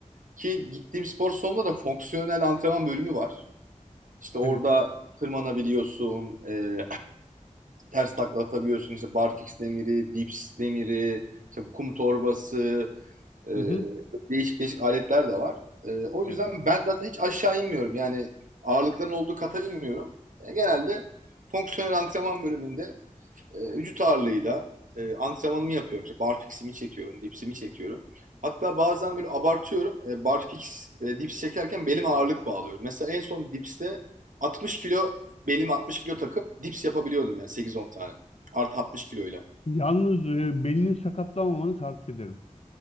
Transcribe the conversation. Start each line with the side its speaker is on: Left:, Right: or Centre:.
Right: Ki gittiğim spor salonunda da fonksiyonel antrenman bölümü var. İşte orada
Left: Evet.
Right: tırmanabiliyorsun, e, ters takla atabiliyorsun işte barfiks demiri, dips demiri, işte bu kum torbası. Ee,
Left: Hı hı.
Right: değişik değişik aletler de var. Ee, o yüzden
Left: Evet.
Right: ben zaten hiç aşağı inmiyorum. Yani ağırlıkların olduğu kata inmiyorum. E, genelde fonksiyonel antrenman bölümünde e, vücut ağırlığıyla e, antrenmanımı yapıyorum. İşte barfix'imi çekiyorum, dipsimi çekiyorum. Hatta bazen böyle abartıyorum. E, barfix, e, dips çekerken belime ağırlık bağlıyorum. Mesela en son dipste 60 kilo, belime 60 kilo takıp dips yapabiliyordum yani 8-10 tane. Artı 60 kiloyla.
Left: Yalnız e, belini sakatlanmamanı tavsiye ederim.